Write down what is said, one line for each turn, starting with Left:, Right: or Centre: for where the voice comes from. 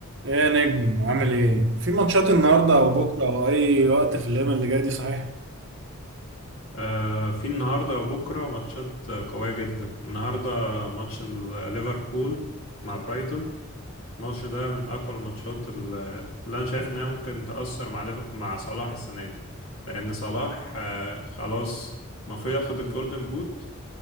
Right: ايه يا نجم عامل ايه؟ في ماتشات النهارده او بكره او اي وقت في الايام اللي جايه دي صحيح؟
Left: آه، في النهارده وبكره ماتشات آه، قويه جدا النهارده ماتش ال- ليفربول مع برايتون الماتش ده من اقوى الماتشات ال- اللي انا شايف انها ممكن تاثر مع ليف- مع صلاح السنه دي لان صلاح آه، خلاص المفروض ياخد الجولدن بوت